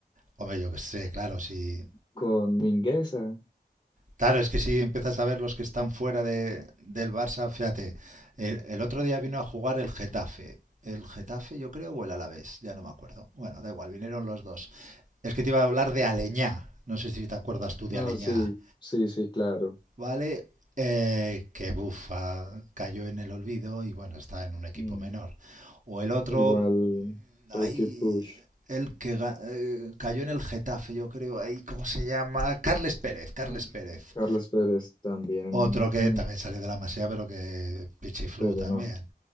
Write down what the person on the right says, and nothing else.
hombre, yo que sé, claro, si
Claro, es que si empiezas a ver los que están fuera de, del Barça, fíjate, el, el otro día vino a jugar el Getafe. El Getafe, yo creo, o el Alavés, ya no me acuerdo. Bueno, da igual, vinieron los dos. Es que te iba a hablar de Aleñá. No sé si te acuerdas tú de
Aleñá.
¿Vale? Eh, que bufa, cayó en el olvido y bueno, está en un equipo
menor. O el otro,
ahí,
el que ga- eh, cayó en el Getafe, yo creo, ahí, ¿cómo se llama? Carles Pérez, Carles
Pérez.
Otro que
también salió de la masía, pero que pichiflu
también,